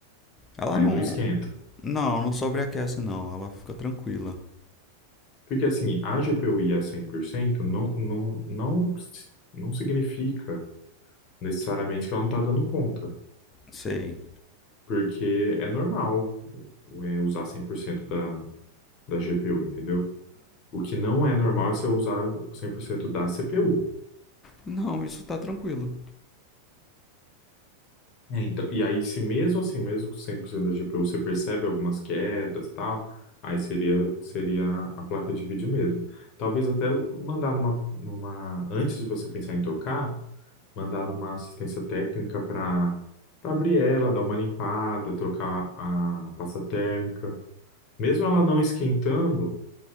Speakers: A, on the left; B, on the left.
A: Ela
B: mas
A: não.
B: não esquenta.
A: Não, não sobreaquece, não. Ela fica tranquila.
B: Porque assim, a GPU ir a 100% não, não, não, não significa necessariamente que ela não tá dando conta.
A: Sei.
B: Porque é normal é, usar 100% da, da GPU, entendeu? O que não é normal é você usar 100% da CPU.
A: Não, isso tá tranquilo.
B: É, então, e aí, se mesmo assim, mesmo com 100% da GPU, você percebe algumas quedas e tal, aí seria, seria a placa de vídeo mesmo. Talvez até mandar numa, numa, antes de você pensar em trocar, mandar numa assistência técnica para para abrir ela, dar uma limpada, trocar a pasta térmica. Mesmo ela não esquentando,